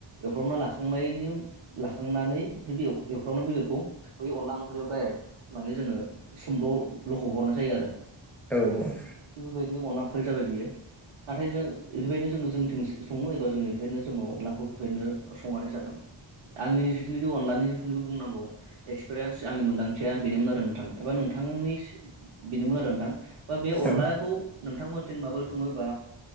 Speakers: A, on the right; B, in the centre.
A: एवफ्र्रबना लाखा खांनायनि लाखांनानै एवफ्र्रामनाय बेदरखौ बै अनला ओंख्रियाव दाइरेक्ट माने जोङो सोमल' लखब हरनाय जायो आरो।
B: औ औ
A: थिग बेबायदिनो अनला ओंख्रि जाबाय बियो नाथाय जों एफोरबायदिनो जोङो जोंथिं स-सङो एबा जों एफोरबायदिनो जोङो अनलाखौ बेबायदिनो संनानै जादों। आंनि जिखिनि अनलानि जिथुनिखि बुंनांगौ एक्सपिरियेन्स आंनि मोनदां थिया बेनोमोन आरो नोंथां एबा नोंथांनि सि बेनोमोन आरो नोंथां बा बे अनलाखौ
B: औ
A: नोंथांमोनथिं माबोरै सङो बा